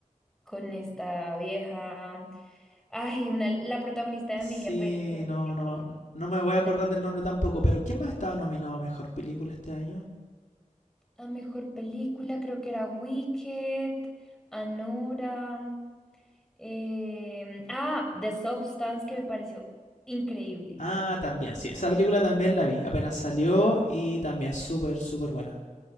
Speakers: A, in the centre; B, on the left.
A: con esta vieja. Ay, una, la protagonista de
B: Sí,
A: Emilia Pérez, que era
B: no,
A: Emilia
B: no,
A: Pérez.
B: no me voy a
A: una-
B: acordar del nombre tampoco, pero ¿quién más estaba nominado a mejor película este año?
A: la mejor película, creo que era Wicked, Anora. em, ah, The Substance, que me pareció increíble.
B: Ah, también, sí, esa película también la vi, apenas salió y también súper, súper buena.